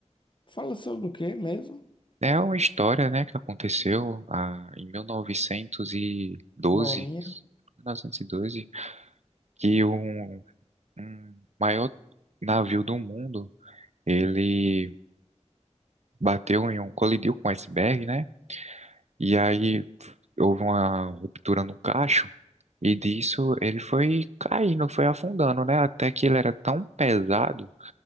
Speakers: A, on the left; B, on the right.
A: Fala sobre o quê mesmo?
B: É uma história, né, que aconteceu ah, em 1912,
A: Bolinha?
B: 1912, que um, um maior navio do mundo, ele bateu em um, colidiu com um iceberg, né? E aí houve uma ruptura no cacho e disso ele foi caindo, foi afundando, né? Até que ele era tão pesado